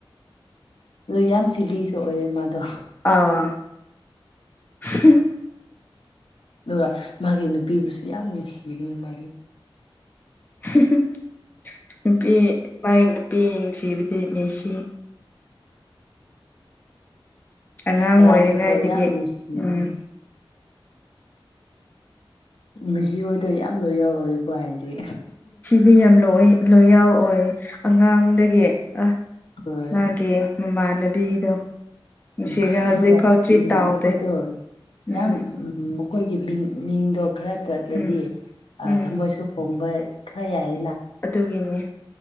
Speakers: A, on the left; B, on the left.
A: ꯑꯗꯨ ꯌꯥꯝ ꯁꯤꯂꯤꯁꯨ ꯑꯣꯏꯑꯦ ꯃꯥꯗꯣ
B: ꯑꯥ <unintelligible>
A: ꯑꯗꯨꯒ ꯃꯥꯒꯤ ꯅꯨꯄꯤꯕꯨꯁꯨ ꯌꯥꯝ ꯅꯨꯡꯁꯤꯕꯤ ꯃꯥꯗꯤ
B: <unintelligible> ꯅꯨꯄꯤ ꯃꯥꯏ ꯅꯨꯄꯤ ꯌꯦꯡꯁꯤꯕꯗꯤ ꯃꯦꯁꯤ ꯑꯉꯥꯡ
A: ꯍꯂꯥꯟꯆꯨ
B: ꯑꯣꯏꯔꯤꯉꯩꯗꯒꯤ
A: ꯀꯣ ꯌꯥꯝ ꯅꯨꯡꯁꯤꯕꯅꯦ
B: ꯎꯝ
A: ꯃꯦꯁꯤ ꯍꯣꯏꯗꯣ ꯌꯥꯝ ꯂꯣꯏꯌꯜ ꯑꯣꯢꯀꯣ ꯍꯥꯏꯗꯤ
B: ꯗꯤ ꯌꯥꯝ ꯂꯣꯏ ꯂꯣꯏꯌꯜ ꯑꯣꯏ ꯑꯉꯥꯡꯗꯒꯤ <unintelligible>
A: ꯍꯣꯏ
B: ꯃꯃꯥꯟꯅꯕꯤꯗꯣ ꯅꯨꯡꯁꯤꯔꯒ
A: ꯎꯝ
B: ꯍꯧꯖꯤꯛꯐꯥꯎ
A: ꯑꯗꯨꯒ
B: ꯆꯤꯠ
A: ꯎꯝ
B: ꯇꯥꯎꯗꯦ
A: ꯑꯩꯈꯣꯏꯗꯣ ꯃꯌꯥꯝ
B: ꯎꯝ
A: ꯃꯈꯣꯏꯒꯤ ꯃꯤꯡ ꯃꯤꯡꯗꯣ ꯈꯔ ꯆꯠꯂꯗꯤ
B: ꯎꯝ
A: ꯑ
B: ꯎꯝ
A: ꯊꯃꯣꯏꯁꯨ ꯍꯣꯡꯕ ꯈꯔ ꯌꯥꯏ
B: ꯑꯗꯨꯒꯤꯅꯤ